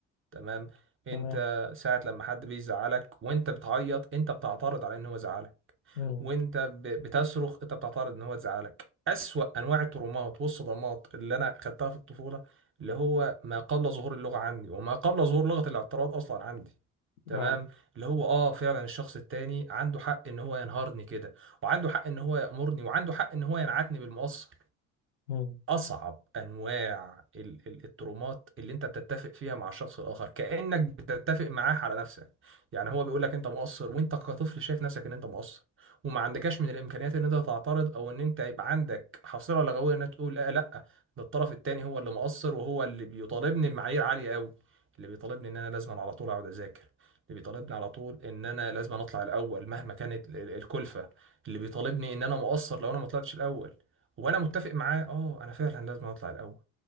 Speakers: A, on the right (about 30°); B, on the left (about 75°).
A: تمام انت
B: تمام
A: ساعة لما حد بيزعلك وانت بتعيط انت بتعترض على ان هو زعلك
B: مم.
A: وانت ب- بتصرخ انت بتعترض ان هو زعلك اسوأ انواع الترومات والصدمات اللي انا خدتها في الطفولة اللي هو ما قبل ظهور اللغة عندي وما قبل ظهور لغة الاعتراض اصلا عندي تمام
B: اه
A: اللي هو اه فعلا الشخص التاني عنده حق ان هو ينهارني كده وعنده حق ان هو يأمرني وعنده حق ان هو ينعتني بالمقص
B: مم.
A: اصعب انواع ال- ال- الترومات اللي انت بتتفق فيها مع الشخص الاخر كانك بتتفق معاه على نفسك يعني هو بيقول لك انت مقصر وانت كطفل شايف نفسك ان انت مقصر وما عندكش من الامكانيات ان انت تعترض او ان انت يبقى عندك حصيله لغويه ان أنت تقول لا لا ده الطرف التاني هو اللي مقصر وهو اللي بيطالبني بمعايير عاليه قوي اللي بيطالبني ان انا لازم على طول اقعد اذاكر اللي بيطالبني على طول ان انا لازم اطلع الاول مهما كانت ال- ال- الكلفه اللي بيطالبني ان انا مقصر لو انا ما طلعتش الاول وانا متفق معاه اه انا فعلا لازم اطلع الاول